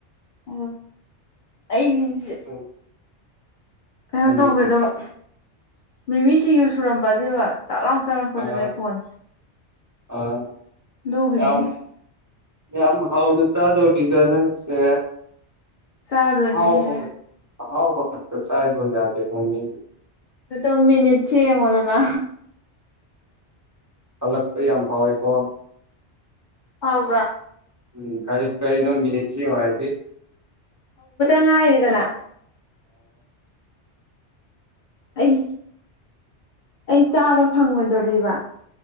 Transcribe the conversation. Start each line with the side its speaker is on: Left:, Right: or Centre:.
Left: ꯑ ꯑꯩꯒꯤꯁꯦ
Right: ꯎꯝ
Left: ꯀꯩꯅꯣ
Right: ꯅꯪꯒꯤꯁꯦ
Left: ꯇꯧꯒꯗꯕ
Right: ꯀꯔꯤ
Left: ꯃꯤꯃꯤꯁꯤꯡ ꯁꯨꯔꯝꯕ ꯑꯗꯨꯒ ꯇꯥꯛ ꯂꯥꯎ ꯆꯪꯉꯛꯄꯗꯨꯅꯦ
Right: ꯑꯥ
Left: ꯐꯣꯟꯁꯦ
Right: ꯑꯥ
Left: ꯂꯒꯅꯤꯅꯦ
Right: ꯌꯥꯝ ꯌꯥꯝ ꯍꯥꯎꯅ ꯆꯥꯗꯧꯔꯤꯗ ꯅꯪꯁꯦ
Left: ꯆꯥꯗꯣꯏꯅꯤꯅꯦ
Right: ꯍꯥꯎ ꯐ ꯍꯥꯎ ꯐꯠ ꯀꯁꯥꯏꯗ ꯌꯥꯗꯦ ꯎꯝꯅꯤꯒꯤ
Left: ꯍ ꯇꯣ ꯃꯤꯅꯤꯁꯤꯃꯗꯅ
Right: ꯍꯜꯂꯛꯄ ꯌꯥꯝ ꯐꯥꯎꯋꯦꯀꯣ
Left: ꯍꯥꯎꯕ
Right: ꯎꯝ ꯀꯔꯤ ꯀꯅ ꯃꯤꯅꯤꯁꯤ ꯋꯥꯥꯏꯗꯤ
Left: ꯍꯥꯏꯗꯅ ꯑꯩ ꯑꯩ ꯆꯥꯕ ꯐꯪꯉꯣꯏꯗꯣꯔꯤꯕ